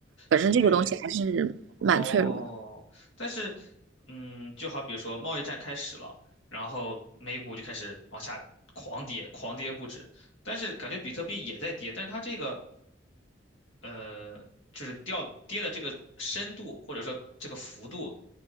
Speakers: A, on the right (about 65°); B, on the left (about 75°).
A: 本身这个东西还是蛮脆弱的。
B: 对哦，但是，嗯，就好比说贸易战开始了，然后美股就开始往下狂跌，狂跌不止。但是感觉比特币也在跌，但是它这个，呃，就是掉跌的这个深度或者说这个幅度